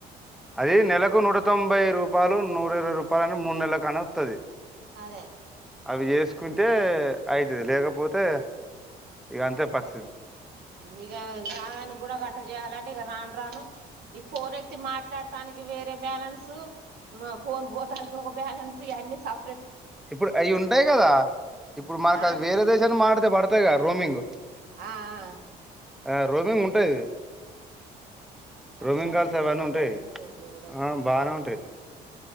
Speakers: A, in the centre; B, on the right.
A: అదే నెలకు నుడ తొంభై రూపాయలు నూర ఇరవై రూపాయలని మూడు నెలల కానీ వస్తుంది
B: అదే
A: అవి చేసుకుంటే అయితది లేకపోతే ఇక అంతే పరి
B: ఇగా నానికి కూడా గట్ట చేయాలంటే ఇక రాను రాను ఈ ఫోన్ ఎత్తి మాట్లాడతానికి వేరే బ్యాలెన్స్ సో మా ఫోన్ బో దానికి ఒక బ్యాలెన్స్ ఇవన్నీ సప్
A: ఇప్పుడు అవి ఉంటాయి కదా ఇప్పుడు మనకు
B: ఆ
A: అది వేరే దేశానికి మాటడితే పడతాయి కదా రోమింగ్
B: ఆ ఆహ్
A: ఆ రోమింగ్ ఉంటాది
B: ఎంత
A: రోమింగ్ కాల్స్
B: పెద్ద
A: అవన్న
B: కథలు
A: ఉంటాయి
B: ఉన్నాయి రో దేవుడు
A: ఆ బానే ఉంటాయి